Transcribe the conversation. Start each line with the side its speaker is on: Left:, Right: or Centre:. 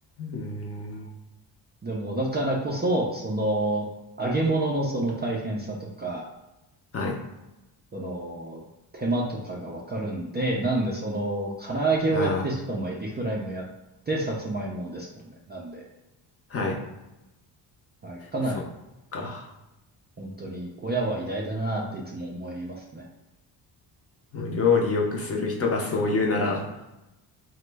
Left: ーん。
Right: でも、だからこそ、その、揚げ物のその大変さとか、
Left: はい。
Right: その、手間とかがわかるんで、なんでその、唐揚げをやって、
Left: あ
Right: しかもエビフライもやって、さつまいもですもんね。なんで、
Left: あ、はい。
Right: はい、かなり、
Left: そっか。
Right: 本当に、親は偉大だなっていつも思いますね。
Left: もう料理よくする人がそう言うなら、